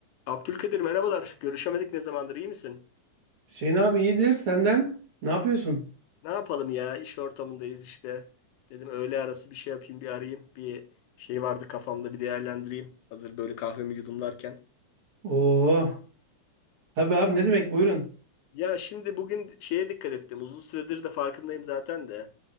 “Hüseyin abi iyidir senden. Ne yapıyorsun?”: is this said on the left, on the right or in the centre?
Right